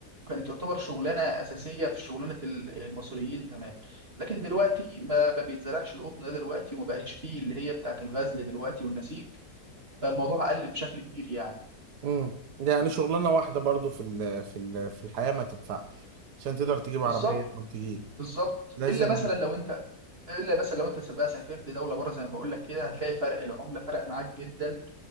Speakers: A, on the right (about 40°); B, on the right (about 75°).
A: كانت تعتبر شغلانه اساسيه في شغلانه ال- المصريين زمان لكن دلوقتي ما ما بيتزرعش القطن ده دلوقتي وما بقاش فيه اللي هي بتاعت الغزل دلوقتي والنسيج فالموضوع قل بشكل كبير يعني
B: امم ده يعني شغلانه واحده برضو في ال في ال في الحياه ما تنفعش عشان تقدر تجيب عربيه
A: بالظبط
B: او تجيب
A: بالظبط
B: لازم
A: الا مثلا لو انت الا مثلا لو انت بقى سافرت دوله بره زي ما بقول لك كده هتلاقي فرق العمله فرق معاك جدا